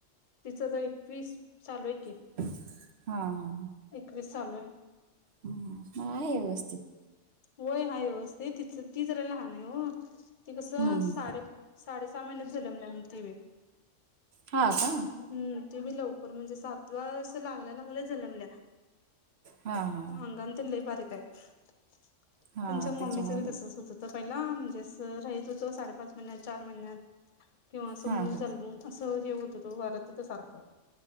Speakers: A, on the left; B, on the right.
A: तिचं आता एकवीस चालू आहे की.
B: हा हा ह.
A: एकवीस चालु हाय.
B: ह मग आहे व्यवस्थ
A: होय हाय व्यवस्थति ती ती जरा लहान आहे हो. च
B: हम्म
A: साडे साडे सहा महिन्यात जन्मल्या म्हण ति बी.
B: हा का?
A: हम्म ते बी लवकर म्हणजे सातवा लागल्या लागल्या जनमल्या.
B: हा हा
A: म्हणताना ती लई बारीक आहे त्यांच्या
B: हा त्याच्यामुळे
A: मम्मीच बी तसच
B: काय
A: होत. पहिला म्हणजे असं राहीत होतो, साडेपाच महिन्यात चार महिन्यात किंवा असं
B: हा
A: मूल
B: हा
A: जन्मून असं हे होत होतो वरात होत सारखं.